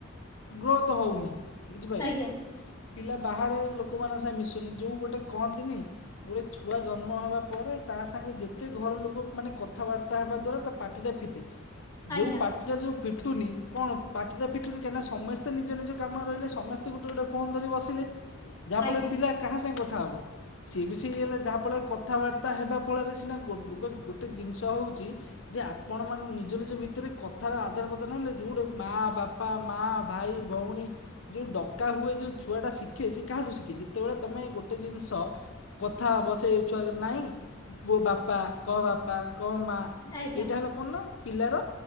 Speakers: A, on the left (about 75°); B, on the left (about 20°).
A: ଗ୍ରୋ ହଉନି ବୁଝିପାଇଲେ।
B: ଆଜ୍ଞା
A: ପିଲା ବାହାରେ ଲୋକମାନେ ସାଙ୍ଗେ ମିଶୁନି ଯେଉଁ ଗୋଟେ କହନ୍ତିନି ଗୋଟେ ଛୁଆ ଜନ୍ମ ହେବା ପରେ ତାସାଙ୍ଗେ ଯେତେ ଘର ଲୋକ ମାନେ କଥାବାର୍ତ୍ତା ହେବା ଦ୍ଵାରା ତାପାଟିଟା ଫିଟେ
B: ଆଜ୍ଞା
A: ଯୋଉ ପାଟିଟା ଯୋଉ ଫିଟୁନି କଣ ପାଟିଟା ଫିଟୁନି କାହିଁକିନା ସମସ୍ତେ ମତେ ନିଜ ନିଜ କାମରେ ରହିଲେ ସମସ୍ତେ ଗୋଟେ ଗୋଟେ ଫୋନ୍ ଧରି ବସିଲେ ଯାହାଫଳରେ
B: ଆଜ୍ଞା
A: ପିଲା କାହା ସାଙ୍ଗେ କଥା ହବ। ସିଏବି ସେଇ ହେଲେ ଯାହାଫଳରେ କଥାବାର୍ତ୍ତା ହେବା ଫଳରେ ସିନା ଗୋ ଗୋଟେ ଜିନିଷ ହେଉଚି ଯେ ଆପଣ ମାନେ ନିଜ ନିଜ ଭିତରେ କଥାର ଆଦାନ ପ୍ରଦାନ ହେଲେ ଯୋଉ ଗଟେ ମା ବାପା ମା ଭାଇ ଭଉଣୀ ଯୋଉ ଡକା ହୁଏ ଯୋଉ ଛୁଆଟା ଶିଖେ ସେ କାହାଠୁ ଶିଖେ ଯେତେବେଳେ ତମେ ଗୋଟେ ଜିନିଷ କଥା ବସେଇ ଛୁଆ ନାଇଁ ପୁଅ ବାପା କହ ବାପା କହ ମା
B: ଆଜ୍ଞା
A: ଏଇଟା ହେଲା କଣନା ପିଲାର